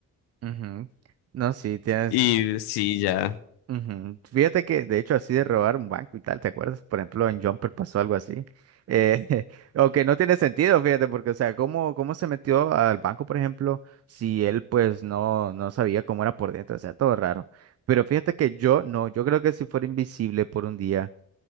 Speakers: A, on the right; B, on the left.
A: ujú. No, sí, tienes.
B: Y sí, ya.
A: Ujú. Fíjate que, de hecho, así de robar un banco y tal, ¿te acuerdas? Por ejemplo, en Jumper pasó algo así. Eh, <laughs> aunque no tiene sentido, fíjate, porque, o sea, ¿cómo, cómo se metió al banco, por ejemplo, si él, pues, no, no sabía cómo era por dentro? O sea, todo raro. Pero fíjate que yo, no, yo creo que si fuera invisible por un día,